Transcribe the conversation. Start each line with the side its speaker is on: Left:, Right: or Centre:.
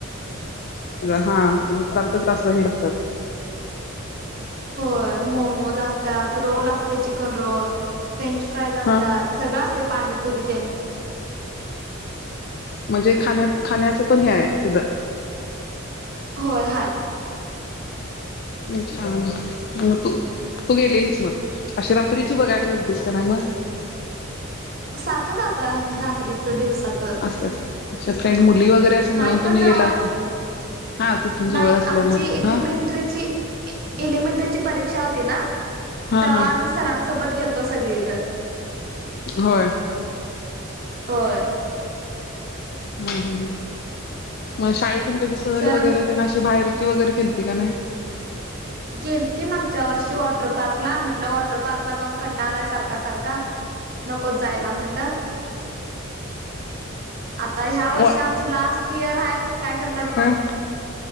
Left: गळा. हा. प्रत्येक टास्कला हे असतात.
Right: होय. मोमोज असतात. रोल असतय, चिकन रोल. फ्रेंच फ्राईज असतात.
Left: हा
Right: सगळं असतंय. पाणी पूरी न ते.
Left: म्हणजे खाण्या- खाण्याचं पण हे याय तिथं.
Right: होय. हाय.
Left: अच्छा. मग तू, तू गेलेलीस मग. अशी रात्रीची बघायला गेली लीस का नाही, मग?
Right: सारखं जातोय आम्ही. रात्रीच, दिवसाच.
Left: असेल. तुझ्या फ्रेंड मुली वगैरे असं
Right: हायत
Left: मिळून
Right: ना,
Left: तुम्ही
Right: जवळच.
Left: गेला असेल हा तिथून जवळ
Right: नाही,
Left: असल्या
Right: आमची
Left: मग
Right: एलिमेंट्रीची
Left: हा
Right: ए एलिमेंट्रीची परीक्षा होती ना,
Left: हा
Right: तव्हा
Left: हा
Right: आम्ही सरांसोबत गेल तो, सगळीजण.
Left: <inaudible> होय.
Right: होय.
Left: हम्म, हम्म, हम्म. मग शाळेतून कधी सहल
Right: सर
Left: वगैरे, तेन अशी बाहेरची वगैरे, केलती का नाही?
Right: गेलती मागच्या वर्षी वॉटर पार्कला. म्हणलं, वॉटर पार्कला जाऊन कंटाळा आलाय सारखा - सारखा. <inaudible> नकोच जायला म्हणलं. आता ह्या वर्षी
Left: वा
Right: आमची लास स्ट यिअर हाय. काय कर
Left: आं.